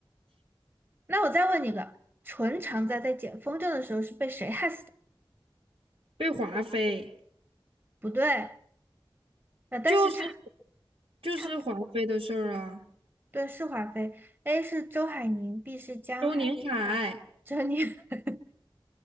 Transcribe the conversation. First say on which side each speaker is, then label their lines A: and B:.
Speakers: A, on the right (about 25°); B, on the right (about 85°).
A: 那我再问你个，淳常在在捡风筝的时候是被谁害死的？
B: 被华妃，
A: 不对，呃，但是差
B: 就是就是华妃的事儿啊。
A: 差不多对是华妃，A 是周海宁，B 是江海
B: 周宁海，
A: 珍妮。<laughs>